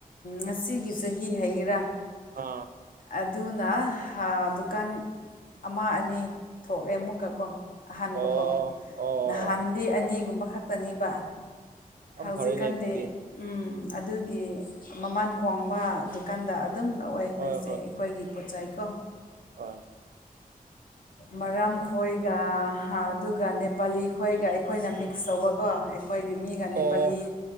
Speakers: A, on the left (about 65°); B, on the right (about 70°).
A: ꯉꯁꯤꯒꯤ ꯆꯍꯤ ꯍꯥꯏꯒꯦꯔꯥ
B: ꯑꯥ
A: ꯑꯗꯨꯅ ꯗꯨꯀꯥꯟ ꯑꯃ ꯑꯅꯤ ꯊꯣꯛꯑꯦ ꯑꯃꯨꯛꯀꯀꯣ ꯑꯍꯥꯟꯕꯀꯣ
B: ꯑꯣ ꯑꯣ
A: ꯅꯍꯥꯟꯗꯤ ꯑꯅꯤꯒꯨꯝꯕ ꯈꯛꯇꯅꯤꯕ
B: ꯑꯁ ꯌꯥꯝ
A: ꯍꯧꯖꯤꯛꯀꯥꯟꯗꯤ
B: ꯐꯔꯦꯅꯦ ꯑꯗꯨꯗꯤ
A: ꯎꯝ ꯑꯗꯨꯒꯤ ꯃꯃꯥꯟ ꯍꯣꯡꯕ ꯗꯨꯀꯥꯟꯗ ꯑꯗꯨꯝ ꯂꯧꯋꯦ ꯑꯩꯈꯣꯏꯁꯦ
B: ꯍꯣꯏ
A: ꯑꯩꯈꯣꯏꯒꯤ ꯄꯣꯠꯆꯩꯀꯣ
B: ꯑ
A: ꯃꯔꯝ ꯈꯣꯏꯒ ꯑꯗꯨꯒ ꯅꯦꯄꯥꯂꯤ ꯈꯣꯏꯒ ꯑꯩꯈꯣꯏꯅ ꯃꯤꯛꯁ ꯇꯧꯕꯀꯣ ꯑꯩꯈꯣꯏꯒꯤ ꯃꯤꯒ ꯅꯦꯄꯥꯂꯤ
B: ꯑꯣ